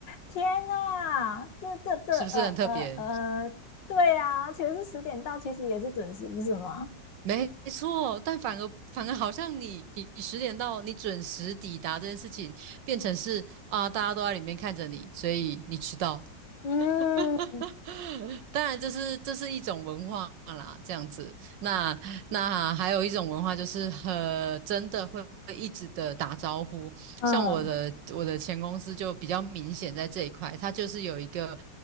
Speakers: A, on the left (about 80°); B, on the right (about 80°).
A: 天呐，这这这，
B: 是不是很特别？
A: 呃呃呃，对啊，其实是十点到，其实也是准时，不是吗？
B: 没错，但反而反而好像你你十点到，你准时抵达这件事情，变成是啊、呃大家都在里面看着你，所以你迟到，
A: 嗯
B: <laughs> 哈哈，当然，这是这是一种文化啦，这样子。那那还有一种文化就是很真的会一直的打招呼，
A: 嗯，
B: 像我的我的前公司就比较明显在这一块，它就是有一个